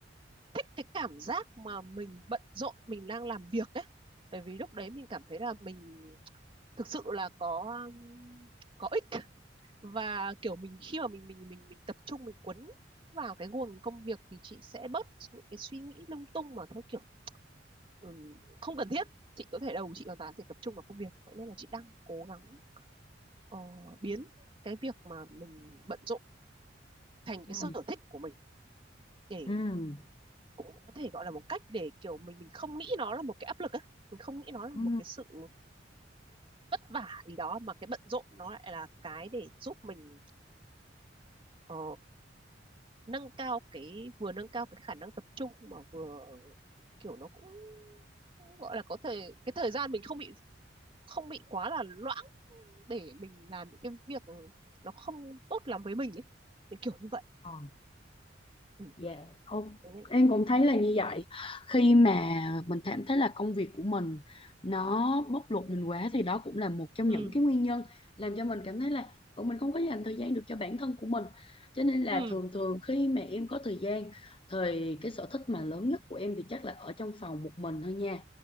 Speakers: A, on the right; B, on the left.
A: thích cái cảm giác mà mình bận rộn mình đang làm việc đấy, bởi vì lúc đấy mình cảm thấy là mình thực sự là có um, có ích và kiểu mình khi mà mình mình mình mình tập trung mình cuốn vào cái guồng công việc thì chị sẽ bớt những cái suy nghĩ lung tung mà theo kiểu ừm, không cần thiết chị có thể đầu chị hoàn toàn thì tập trung vào công việc vậy nên là chị đang cố gắng ờ, biến cái việc mà mình bận rộn thành
B: ừ,
A: cái sở thích của mình để
B: ừ,
A: có thể gọi là một cách để kiểu mình mình không nghĩ nó là một cái áp lực á mình không nghĩ nó là
B: ừ.
A: một cái sự vất vả gì đó mà cái bận rộn nó lại là cái để giúp mình ờ, nâng cao cái vừa nâng cao cái khả năng tập trung mà vừa kiểu nó cũng, cũng gọi là có thể cái thời gian mình không bị không bị quá là loãng để mình làm những cái việc nó không tốt lắm với mình ấy thì kiểu như vậy
B: Ờ.
A: ừ.
B: Dạ, ô-
A: thế nên-
B: Em cũng thấy là như vậy. Khi mà mình cảm thấy là công việc của mình nó bóc lột mình quá thì đó cũng là một trong những
A: ừ
B: cái nguyên nhân làm cho mình cảm thấy là "Ủa, mình không có dành thời gian được cho bản thân của mình. Cho nên là
A: ừ
B: thường thường khi mà em có thời gian thì cái sở thích mà lớn nhất của em thì chắc là ở trong phòng một mình thôi nha.